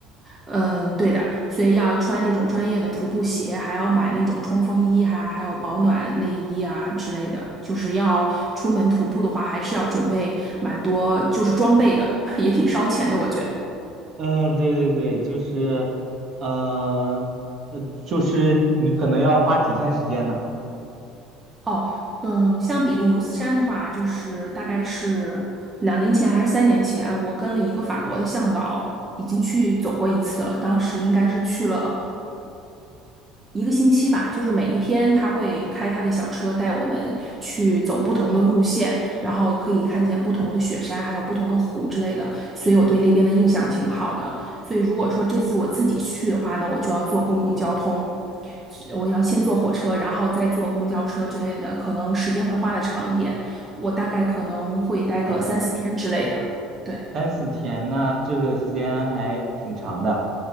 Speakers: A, on the right; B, on the right.
A: 嗯，对的，所以要穿那种专业的徒步鞋，还要买那种冲锋衣啊，还有保暖内衣啊之类的。就是要出门徒步的话，还是要准备蛮多，就是装备的，<laughs> 也挺烧钱的，我觉得。
B: 嗯，对对对，就是，呃，呃，就是你可能要花几天时间呢。
A: 哦，嗯，像比利牛斯山的话，就是大概是两年前还是三年前，我跟了一个法国的向导，已经去走过一次了。当时应该是去了。一个星期吧，就是每一天他会开他的小车带我们去走不同的路线，然后可以看见不同的雪山，还有不同的湖之类的，所以我对那边的印象挺好的。所以如果说这次我自己去的话呢，我就要坐公共交通，我要先坐火车，然后再坐公交车之类的，可能时间会花的长一点，我大概可能会待个三四天之类的。
B: 哦。
A: 对，
B: 三四天，那这个时间还挺长的，